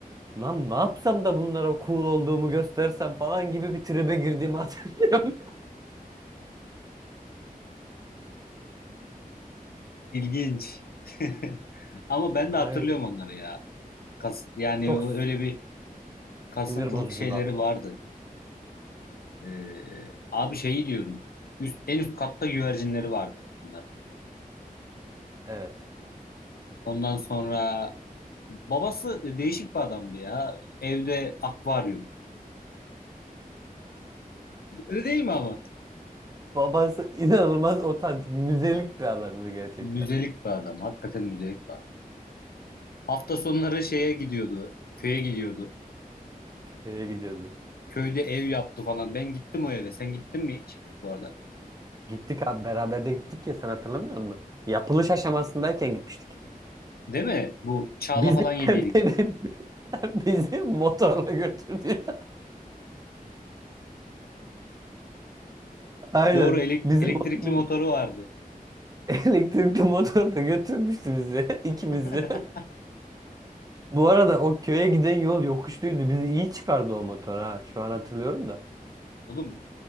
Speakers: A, on the right; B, on the left.
A: lan ne yapsam da bunlara cool olduğumu göstersem falan gibi bir tribe girdiğimi hatırlıyorum.
B: İlginç. <laughs> Ama ben
A: <laughs> Aynen.
B: de hatırlıyorum onları ya. Kas, yani
A: Çok
B: öyle bir kasıntılık
A: sinir bozuculardı.
B: şeyleri vardı. Ee, abi şeyi diyordum. Üst, en üst katta güvercinleri vardı bunların.
A: Evet.
B: Ondan sonra babası değişik bir adamdı ya. Evde akvaryum. Öyle değil mi ama?
A: Babası inanılmaz otantik müzelik bir adamdı gerçekten.
B: Müzelik bir adam. Hakikaten müzelik bir adam. Hafta sonları şeye gidiyordu. Köye gidiyordu.
A: Köye gidiyordu.
B: Köyde ev yaptı falan. Ben gittim o eve. Sen gittin mi hiç bu arada?
A: Gittik abi beraber de gittik ya sen hatırlamıyor musun? Yapılış aşamasındayken gitmiştik.
B: Değil mi? Bu Çağla
A: Bizi
B: falan yediydik.
A: <laughs> beni- bizi motorla götürdü. Aynen.
B: Doğru elek-
A: Bizi
B: elektrikli
A: mo-
B: motoru vardı.
A: elektrikli motorla götürmüştü bizi <laughs> ikimizi.
B: <laughs>
A: Bu arada o köye giden yol yokuşluydu. Bizi iyi çıkardı o motor ha. Şu an hatırlıyorum da.
B: Oğlum